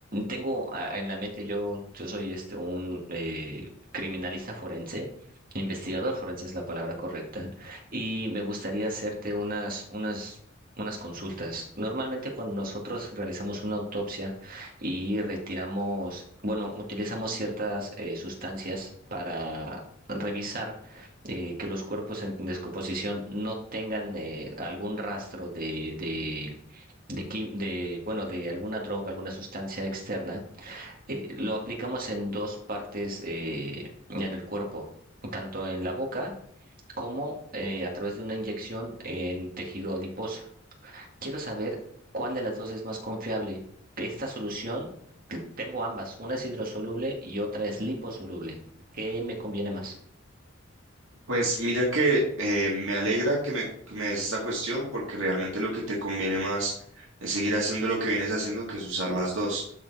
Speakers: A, on the right; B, on the right.
A: tengo ah, en la mente, yo, yo soy este, un eh, criminalista forense, investigador forense es la palabra correcta, y me gustaría hacerte unas, unas, unas consultas. Normalmente cuando nosotros realizamos una autopsia, y retiramos, bueno, utilizamos ciertas eh, sustancias para revisar eh, que los cuerpos en descomposición no tengan eh, algún rastro de, de, de, quim- de, bueno, de alguna droga, alguna sustancia externa. Eh, lo aplicamos en dos partes eh, en el cuerpo, tanto en la boca como eh, a través de una inyección en tejido adiposo. Quiero saber cuál de las dos es más confiable. De Esta solución, que tengo ambas, una es hidrosoluble y otra es liposoluble. ¿Qué me conviene más?
B: Pues mira que eh, me alegra que me, que me des esta cuestión porque realmente lo que te conviene más es seguir haciendo lo que vienes haciendo que es usar las dos,